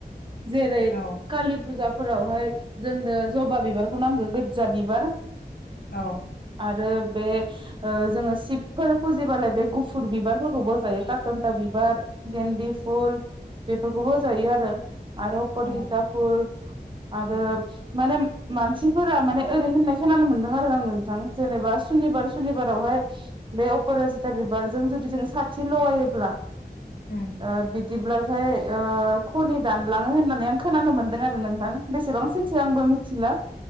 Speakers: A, on the right; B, on the left.
A: जेरै
B: अ औ
A: कालि फुजाफोरावहाय जोंनो जबा बिबारखौ नांगो गोदजा बिबार।
B: औ
A: आरो। बे ओह जोङो शिबफोर फुजिबालाय बे गुफुर बिबारफोरखौबो होजायो कातन्ता बिबार। गेन्दि फुल बेफोरखौबो होजायोआरो। आरो अपरजिता
B: औ
A: फुल आरो
B: उम
A: माने मानसिफोरा माने। ओरै होननाय खोनानोमोन्दों आरोआं नोंथां जेनेबा सुनिबार सुनिबारावहाय बे अपाराजिता बिब बिबारजों जुदि जों साथि लगायोब्ला ओह
B: उम
A: बि बिदिब्लाथाय ओह खनि दानलाङो होननानैआं खोनानो मोनदोंआरो नोंथां बेसेबां सैथो आंबो मिथिला